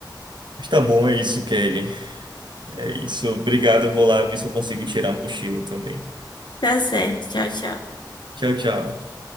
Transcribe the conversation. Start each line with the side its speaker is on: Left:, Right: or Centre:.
Right: Mas tá bom, é isso, Kelly. É isso. Obrigado. Eu vou lá ver se eu consigo tirar um cochilo também.
Left: Tá certo. Tchau, tchau.
Right: Tchau, tchau.